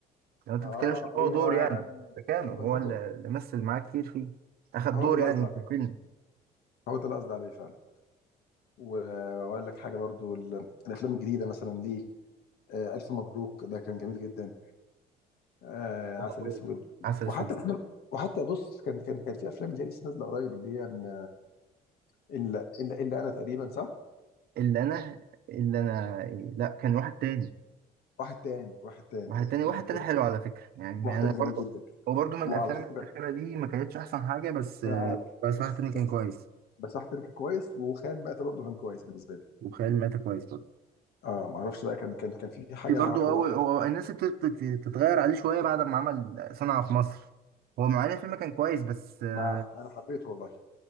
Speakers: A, on the right; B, on the left.
A: يعني أنت
B: اه
A: ما بتتكلمش إن
B: ايوه
A: هو دور يعني أفريكانو
B: ايوه
A: هو
B: هو
A: اللي
B: ده
A: اللي مثل معاه كتير فيه أخد
B: هو
A: دور
B: ده اللي
A: يعني
B: قصدي عليه
A: في الفيلم
B: هو ده اللي قصدي عليه فعلا و- واقول لك حاجه برضو ال- الافلام الجديده مثلا ليه آه، الف مبروك ده كان جميل جدا آه،
A: مبروك
B: عسل اسود
A: عسل
B: وحتى
A: أسود
B: أفلام- وحتى بص كان كان كان في افلام اللي هي لسه نازله قريب اللي هي م- الا الا الا انا تقريبا صح
A: اللي أنا اللي أنا لا كان واحد تاني
B: واحد تاني واحد تاني
A: واحد تاني واحد
B: واحد
A: تاني
B: تاني
A: حلو على فكرة يعني
B: واحد
A: أنا
B: تاني جميل
A: برضو
B: جدا
A: هو برضه من الأفلام
B: وعلى فكره
A: الأخيرة دي ما كانتش أحسن حاجة بس
B: انا عارف
A: بس
B: بس
A: واحد تاني كان
B: بس
A: كويس
B: بس واحد تاني كان كويس وخيال مآتة برضه كان كويس بالنسبه لي
A: وخيال مآتة كويس برضه
B: اه ما اعرفش بقى كان كان كان في حاجه
A: في برضه
B: مع هو
A: أول هو الناس ابتدت تت- تتغير عليه شوية بعد ما عمل صنع في مصر هو معانا الفيلم كان كويس بس آه،
B: مع انا حبيته والله